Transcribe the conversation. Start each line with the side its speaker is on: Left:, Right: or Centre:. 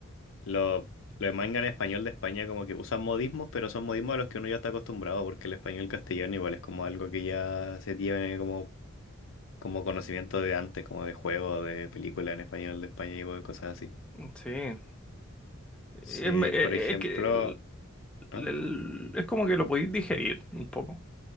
Left: Los los mangas en español de España como que usan modismos, pero son modismos a los que uno ya está acostumbrado, porque el español castellano igual es como algo que ya se tiene como, como conocimiento de antes, como de juego, de película en español de España y cosas así.
Centre: Sí. Es,
Left: Sí,
Centre: me- e,
Left: por ejemplo,
Centre: e, es que el-
Left: ¿no?
Centre: el- es como que lo podéis digerir un poco.